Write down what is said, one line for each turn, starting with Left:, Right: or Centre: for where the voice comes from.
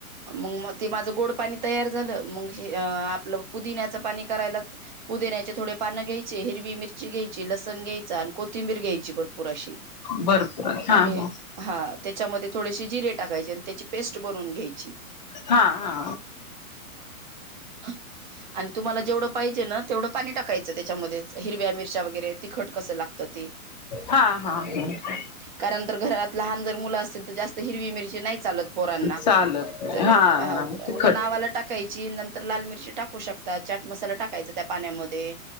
Right: मग ते माझं गोड पाणी तयार झालं मग हे आपलं पुदिन्याचं पाणी करायला. पुदिण्याचे थोडे पानं घ्यायचे हिरवी मिरची घ्यायची लसण घ्यायंचा आणि कोथिंबीर घ्यायची भरपूर अशी
Left: भरपूर हा
Right: आणि
Left: हा
Right: हा, त्याच्यामध्ये थोडेशी जिरे टाकायचे आणि त्याची पेस्ट बनवून घ्यायची
Left: हा हा
Right: <unintelligible> आणि तुम्हाला जेवढं पाहिजे ना तेवढं पाणी टाकायचं त्याच्यामध्येच हिरव्या मिरच्या वगैरे तिखट कसं लागतं ती
Left: हा हा ह
Right: कारण तर घरात लहान जर मुलं असतील तर जास्त हिरवी मिरची नाही चालत पोरांना
Left: चालत नाही
Right: तर
Left: हा तिखट
Right: उग नावाला टाक टाकायची नंतर लाल मिरची टाकू शकतात चाट मसाला टाकायचा त्या पाण्यामध्ये.